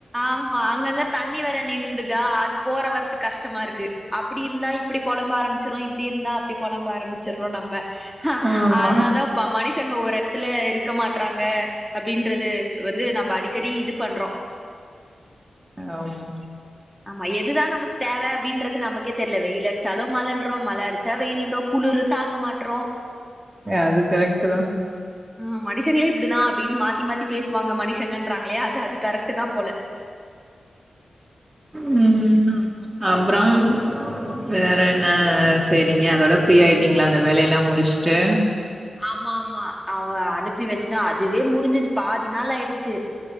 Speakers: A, in the centre; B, on the right (about 30°).
A: ஆமா அங்கங்க தண்ணி வேற நின்னுடுதா அது போற வரதுக் கஷ்ட்டமாருக்கு அப்புடி இருந்தா இப்புடி பொலம்ப ஆரமிச்றோ இப்டி இருந்தா அப்டி பொலம்ப ஆரம்ச் சிர்றோ நம்ம ஆ
B: ஆமா
A: அதனால தா இப்ப மனிஷங்க ஒர் எடத்துல இருக்க மாட்டறாங்க அப்டின்றது வந்து நம்ம அடிக்கடி இது பண்றோ
B: ஆமா
A: ஆமா எதுதா நமக்கு தேவை அப்டின்றது நமக்கே தெர்ல வெயில் அடுச் சாலு மழன்றோம் மழ அடிச்சா வெயிலுன்றோ குளுரு தாங்க மாட்றோ
B: அது கரெக்ட்டு தா
A: ஆ மனுஷங்ளே இப்டிதா அப்டின் மாத்தி மாத்தி பேசுவாங்க மனிஷங்கன்றாங்ளே அது அது கரெக்ட்டு தா போல
B: ம் ம் அப்றம் வேற என்ன செரிங்க அதோட ஃப்ரீ ஆயிட்டீங்ளா அந்த வேலை எல்லா முடிஷ்ட்டு
A: ஆமா ஆமா அவ அனுப்பி வெச்ட்டா அதுவே முடிஞ்சிச்சு பாதி நாள் ஆயிடுச்சு